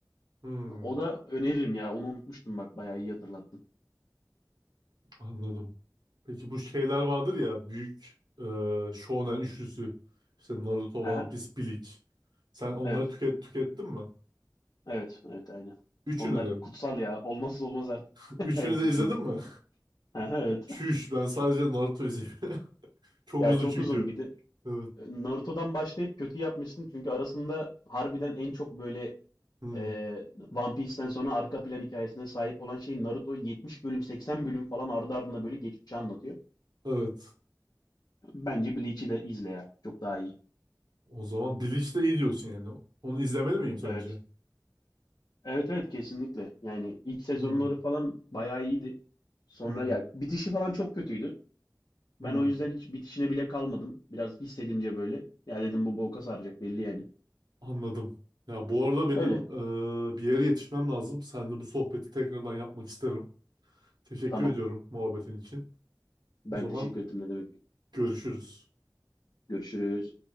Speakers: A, on the right; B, on the left.
A: Hmm,
B: O da öneririm ya. Onu unutmuştum bak. Bayağı iyi hatırlattın.
A: anladım. Peki bu şeyler vardır ya büyük e, Shonen üçlüsü. İşte Naruto, One
B: Hı hı,
A: Piece, Bleach. Sen onları
B: Evet.
A: tüket, tükettin mi?
B: Evet, evet aynen.
A: Üçünü
B: Onlar
A: de.
B: kutsal ya. Olmazsa olmaz artık.
A: <laughs>
B: <laughs>
A: Üçünü
B: Evet
A: de
B: içinde.
A: izledin mi?
B: Aha, Evet.
A: Çüş ben sadece Naruto izliyorum. <laughs> Çok
B: Ya
A: uzun
B: çok
A: çünkü.
B: uzun. Bir de
A: Evet.
B: e, Naruto'dan başlayıp kötü yapmışsın. Çünkü arasında harbiden en çok böyle
A: Hmm,
B: e, One Piece'ten sonra arka plan hikayesine sahip olan şey Naruto 70 bölüm 80 bölüm falan ardı ardına böyle geçmişi anlatıyor.
A: Evet.
B: Bence Bleach'i de izle ya. Çok daha iyi.
A: O zaman Bleach de iyi diyorsun yani. Onu izlemeli miyim sence?
B: Evet. Evet evet kesinlikle. Yani ilk sezonları
A: Hmm,
B: falan bayağı iyiydi. Sonra
A: hmm,
B: ya bitişi falan çok kötüydü. Ben
A: hmm.
B: o yüzden hiç bitişine bile kalmadım. Biraz hissedince böyle. Ya dedim bu boka saracak belli yani.
A: Anladım. Ya bu arada benim
B: Öyle.
A: eee, bir yere yetişmem lazım. Seninle bu sohbeti tekrardan yapmak isterim. Teşekkür
B: Tamam.
A: ediyorum muhabbetin için.
B: Ben
A: O zaman
B: teşekkür ettim ne demek.
A: görüşürüz.
B: Görüşürüz.